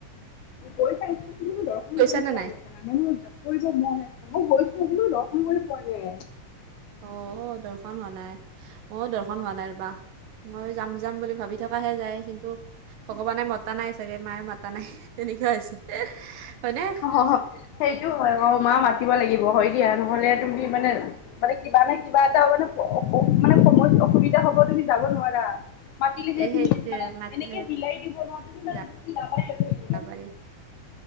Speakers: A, on the left; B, on the right.
A: গৈ পাইছো কিন্তু মই দৰ্শন
B: গৈছা
A: কৰি
B: নে
A: পোৱা নাই জানো মানে মোৰ জপ কৰিব মন আছে। মই গৈছো কিন্তু দৰ্শন কৰি পোৱা নাই।
B: অ অ দৰ্শন হোৱা নাই, ময়ো দৰ্শন হোৱা নাই ৰ'বা। মই যাম যাম বুলি ভাবি থকাহে যায় কিন্তু ভগৱানে মতা নাই চাগে মায়ে মাতা নাই তেনেকুৱা হৈছে, হয়নে?
A: অ সেইটো হয় বাৰু মা মাতিব লাগিব হয় দিয়া নহ'লে তুমি মানে মানে কিবা নাই কিবা এটা মানে মান সময়ত অসুবিধা হ'ব তুমি যাব নোৱাৰা। মাতিলেহে
B: এই সেই
A: তুমি মানে
B: মাতিলেহে
A: এনেকে মিলাই দিব ন তুমি মানে
B: যাব
A: গুচি যাবায়ে আৰু
B: <inaudible>